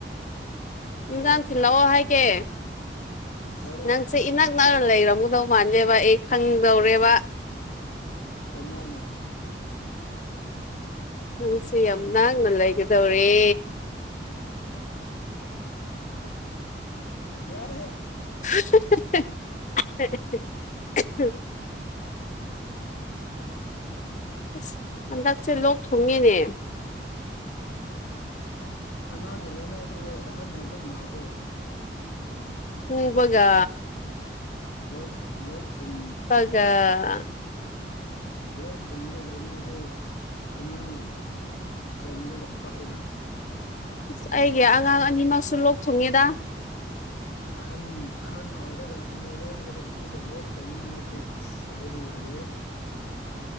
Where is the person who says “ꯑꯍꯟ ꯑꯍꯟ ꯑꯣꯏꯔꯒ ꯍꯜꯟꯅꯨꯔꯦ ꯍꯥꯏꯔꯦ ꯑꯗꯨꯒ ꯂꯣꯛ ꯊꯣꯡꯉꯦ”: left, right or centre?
Left